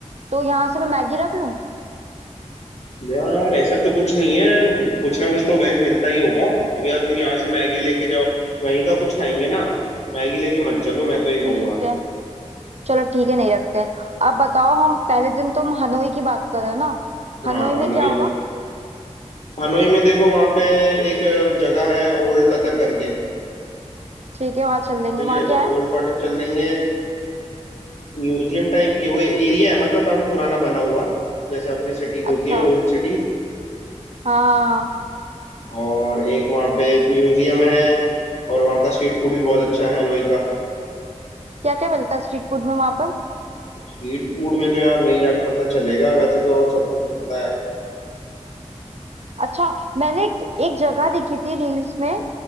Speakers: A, on the right; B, on the left.
A: तो यहाँ से मैं मैगी रख लूं
B: यार ऐसा तो कुछ नहीं है कुछ ना कुछ तो वेज मिलता ही होगा अब यार तुम यहाँ से मैगी लेके जाओ वहीं का कुछ खाएंगे ना मैगी लेके मत चलो मैं तो ये कहूंगा
A: ठीक है चलो ठीक है नहीं रखते हैं अब बताओ हम पहले दिन तुम हनोई की बात कर रहे हो ना
B: हाँ
A: हनोई
B: हनोई
A: में क्या होगा
B: हनोई में देखो वहाँ पे एक जगह है ओल्ड कतर करके
A: ठीक है वहां चल लेंगे
B: ठीक
A: वहां
B: है तो
A: क्या है
B: ओल्ड कतर चल लेंगे म्यूजियम टाइप ये वो एरिया है मतलब काफी पुराना बना हुआ जैसे अपने सिटीज होती
A: अच्छा
B: हैं
A: हाँ
B: ओल्ड सिटीज
A: हाँ हाँ, हाँ।
B: और एक वहाँ पे म्यूजियम है और वहाँ का स्ट्रीट फूड भी बहुत अच्छा है हनोई का
A: क्या क्या मिलता है स्ट्रीट फूड में वहां पर
B: स्ट्रीट फूड में तो यार वहीं जाके पता चलेगा वैसे तो सब कुछ मिलता है
A: अच्छा मैंने एक, एक जगह देखी थी रील्स में